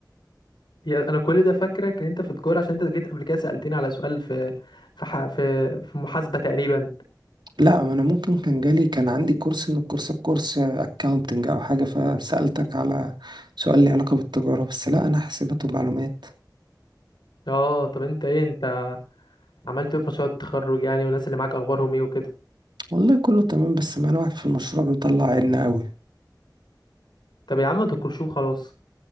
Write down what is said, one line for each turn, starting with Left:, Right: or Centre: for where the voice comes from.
Left: يا انا كل ده فاكرك ان انت في تجارة عشان انت جيت قبل كده سألتني على سؤال في في ح... في في محاسبة تقريبا
Right: لا ما انا ممكن كان جالي كان عندي كورس من الكورسات كورس اكاونتنج او حاجه فسالتك على سؤال لي علاقه بالتجاره بس لا انا حاسبات ومعلومات
Left: اه طب انت ايه انت عملت ايه في مشروع التخرج يعني والناس اللي معاك اخبارهم ايه وكده
Right: والله كله تمام بس معانا واحد في المشروع بيطلع عنا قوي
Left: طب يا عم ما تنكرشوه خلاص